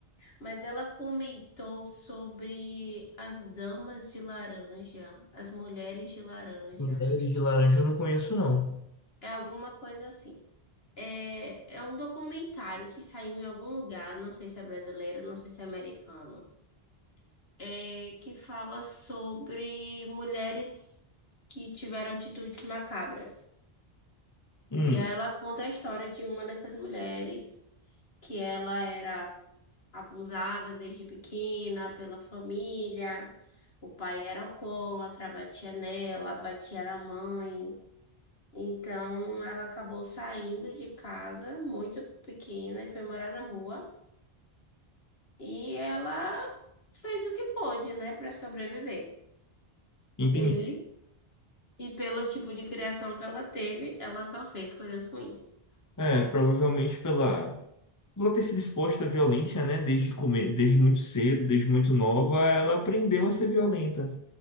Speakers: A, on the left (about 70°); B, on the left (about 20°).
A: Mas ela comentou sobre as damas de laranja, as mulheres de laranja.
B: Mulheres de laranja eu não conheço, não.
A: É alguma coisa assim. É, é um documentário que saiu em algum lugar, não sei se é brasileiro, não sei se é americano, é, que fala sobre mulheres que tiveram atitudes macabras.
B: Hum,
A: E aí ela conta a história de uma dessas mulheres, que ela era abusada desde pequena pela família. O pai era alcoólatra, batia nela, batia na mãe. Então ela acabou saindo de casa muito pequena e foi morar na rua. E ela fez o que pôde, né, para sobreviver.
B: entendi.
A: E, e pelo tipo de criação que ela teve, ela só fez coisas ruins.
B: É, provavelmente pela, pela ter sido exposta à violência, né? Desde comer, desde muito cedo, desde muito nova, ela aprendeu a ser violenta.